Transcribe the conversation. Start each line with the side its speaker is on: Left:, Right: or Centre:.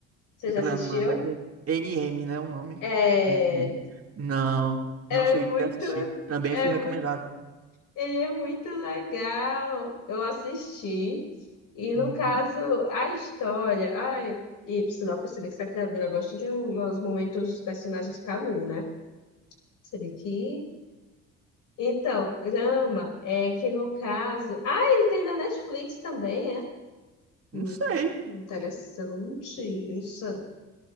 Left: Você já
Right: Granma,
Left: assistiu?
Right: é Com N M né? O nome.
Left: É,
Right: N M Não,
Left: é
Right: não cheguei
Left: muito,
Right: a assistir. Também
Left: é
Right: fui recomendado.
Left: muito, ele é muito legal. Eu assisti. E no
Right: Uhum.
Left: caso, a história. Ai, e por sinal, percebi que essa criadora gosta de uns momentos dos personagens cada um, né? Percebi que. Então, Rama, é que no caso. Ah, ele tem na Netflix também, é? Hum,
Right: Não sei.
Left: interessante isso.